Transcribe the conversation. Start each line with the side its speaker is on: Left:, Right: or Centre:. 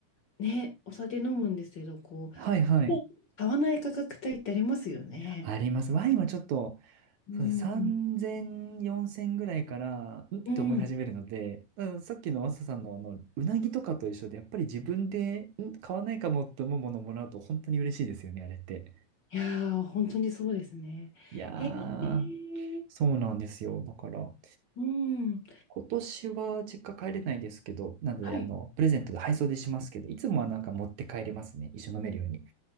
Left: ね、お酒飲むんですけど、こ
Right: はいはい。
Left: う、買わない価格帯ってありますよね。
Right: あります。ワインはちょっと、
Left: うん、
Right: そうです。3000、
Left: うん、
Right: 4000ぐらいから、んって思い始めるので、
Left: うん
Right: うん、さっきのマサさんのあの、うなぎとかと一緒で、やっぱり自分で、ん買わないかもって思うものをもらうと本当に嬉しいですよね、あれって。
Left: いやー、本当にそうですね。
Right: いやー、
Left: へえ、
Right: そうなんですよ。だから、
Left: うん、
Right: 今年は実家帰れないですけど、なので、
Left: はい。
Right: あの、プレゼントで配送でしますけど、いつもはなんか持って帰れますね。一緒に飲めるように。